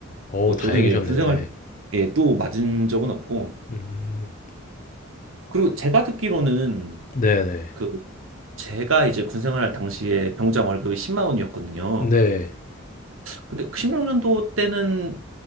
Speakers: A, on the left; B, on the right.
A: 어
B: 어, 저는
A: 다행이셨네요.
B: 예, 군 생활에
A: 네.
B: 또 맞은 적은 없고,
A: 음.
B: 그리고 제가 듣기로는
A: 네네.
B: 그 제가 이제 군 생활 당시에 병장 월급이 10만 원이었거든요.
A: 네.
B: 근데 16년도 때는